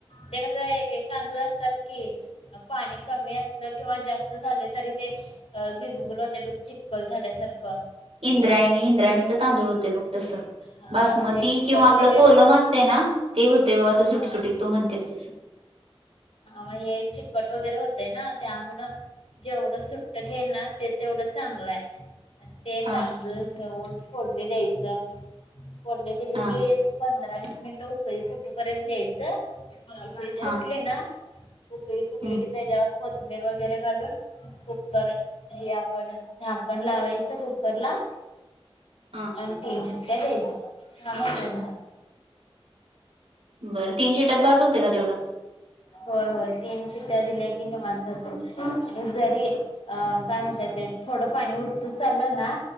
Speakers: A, on the left (about 80°); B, on the right (about 85°).
A: ते कसं एक -एक तांदूळ असतात की पाणी कमी असलं, किंवा जास्त झालं तरी ते अ घिजगुल होते, ब चिक्कल झाल्यासारखं.
B: इंद्राणी इंद्राणीचे तांदूळ होते बघ तस
A: हा
B: बासमती
A: ते चिकट
B: किंवा आपलं
A: वगैरे
B: कोलम असत ना ते होतेय बघ असं सुट
A: हा
B: सुुटीत तू म्हणतेस तसं
A: ह हे चिकट वगैरे होते ना त्यामु जेवढं सुट्ट घेईल ना ते तेवढं चांगलं आहे ते
B: हा
A: चांग न फोडने द्यायचं फोडने दिलीस
B: हा
A: की पंधरा वीस मिनिटं उकळी फुटूपर्यंत द्यायचं उकळी
B: हा
A: फुटली ना कुठ फुटली
B: हम्म
A: की त्याच्यावर कोथबीर वगैरे घालून कुकर हे आपण झाकण लावायचं कुकर ला
B: हा
A: आणि तीन शीट्ट्या द्यायची छान होते म्हात
B: बरं तीन शिटात बास होते का तेवढं
A: हो हो तीन की त्या दिल्या की निवांत होतेय आणि जरी अ काय म्हणत ते थोडं पाणी उतू चाललं ना